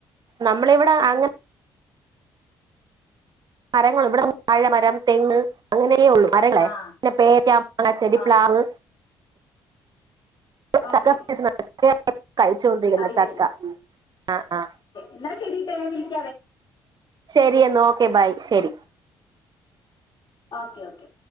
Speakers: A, on the right; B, on the left.
A: നമ്മളിവിടെ അങ്ങൻ മരങ്ങള് ഇവിടെ വാഴ മരം തെങ്ങ് അങ്ങനെ ഒക്കെ ഒള്ളൂ മരങ്ങളെ
B: ആ
A: പിന്നെ പേരക്ക, മാങ്ങ, ചെടിപ്ലാവ്
B: ആ
A: ഇപ്പൊ
B: ഓക്കെ
A: ചക്ക സീസണാണ് ചക്കയാണ് കഴിച്ചോണ്ടിരിക്കുന്നെ
B: അത്
A: ചക്ക
B: ശരി
A: ആ ആ
B: എന്നാ ശരി ഓക്കെ ഞാൻ വിളിക്ക
A: ശരിയെന്ന ഓക്കെ ബായ് ശരി
B: ഓക്കെ ഓക്കെ